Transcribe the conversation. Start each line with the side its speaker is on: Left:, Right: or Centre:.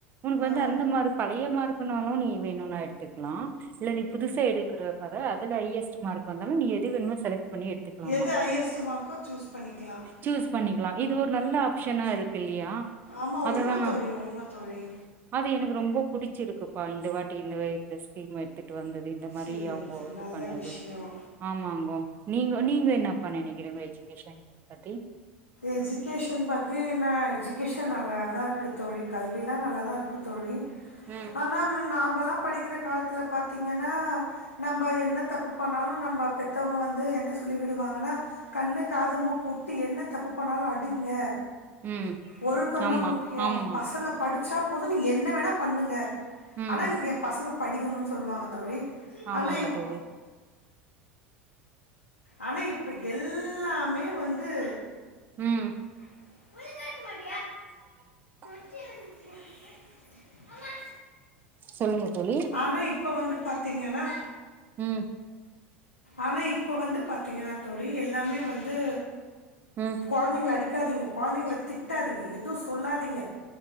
Right: உனக்கு
Left: ஓ
Right: வந்து அந்த மாரி பழைய மார்கனாலும் நீ வேணும்ன க்கலாம் இல்ல நீ புதுசா எடுக்கற பாரு அதுல ஹையஸ்ட் மார்க் வந்தாலும் நீ எது வேனும செலக் பண்ணி எடுத்துக்கலாமா
Left: எது ஹையஸ்ட் மார்க்கோ சூஸ் பண்ணிக்கலாம்
Right: சூஸ் பண்ணிக்கலாம் இது ஒரு நல்ல ஆப்ஷனா இருக்கு இல்லையா
Left: ஆமா
Right: அததுதானா
Left: உண்ம தோழி உண்ம தோழி
Right: அது எனக்கு ரொம்ப புடிச்சிருக்குப்பா இந்த வாட்டி இந்த இந்த ஸ்கீம் எடுத்து வந்தது இந்த மாரி
Left: சரி
Right: அவங்க
Left: சரி
Right: இது
Left: நல்ல
Right: பண்ணது
Left: விஷயம்
Right: ஆமாங்கோ நீங்க நீங்க என்ன பண்ண நினைக்கிறீங்க எஜுகேஷன் பத்தி
Left: எஜுகேஷன் பத்தி என்னா எஜு கேஷன் பத்தி நா எஜுகேஷன் நல்லாதான் இருக்கு தோழி கல்வி எல்லாம் நல்லாதான் இருக்கு தோழி
Right: ம்
Left: ஆனா நாம் நமல்லாம் படிக்கிற காலத்தில் பார்த்தீங்கன்னா நம்ப என்ன தப்பு பண்ணாலும் நம்ப பெத்தவங்க வந்து என்ன சொல்லி விடுவாங்கன்னா கண்ணு காது மூக்கு விட்டு என்ன தப்பு பண்ணாலும் அடிங்க
Right: ம்
Left: ஒழுக்கம்
Right: ஆமா
Left: தான் முக்கியம்
Right: ஆமா
Left: பசங்க படிச்சா பொது நீ என்ன வேணா பண்ணுங்க
Right: ம்
Left: ஆனா எனக்கு என் பசங்க படிக்கணும்னு சொல்லுவாங்க தோழி
Right: ஆமாங்க
Left: ஆனா இப்
Right: தோழி
Left: ஆனா இப்ப எல்லாமே வந்து
Right: உம்
Left: உ க <unintelligible>
Right: <unintelligible>
Left: ஆமா <unintelligible>
Right: சொல்லுங்க தோழி
Left: ஆனா இப்ப வந்து பார்த்தீங்கண்ணா
Right: உம்
Left: ஆனா இப்ப வந்து பார்த்தீங்கன்னா தோழி எல்லாமே வந்து
Right: ம்
Left: குழந்தைங்கள அடிக்காதீங்க குழந்தைங்க திட்டாதீங்க எதுவும் சொல்லாதீங்க